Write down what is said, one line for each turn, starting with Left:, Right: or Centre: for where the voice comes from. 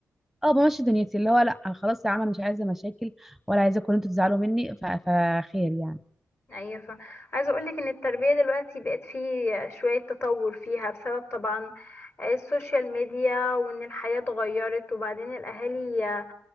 Centre: اه بمشي دنيتي اللي هو لا خلاص يا عم انا مش عايزه مشاكل ولا عايزاكم إن انتوا تزعلوا مني ف- فخير يعني
Left: ايوه فا عايزه اقول لك ان التربيه دلوقتي بقت فيه شويه تطور فيها بسبب طبعا السوشيال ميديا وان الحياه اتغيرت وبعدين الاهالي آه،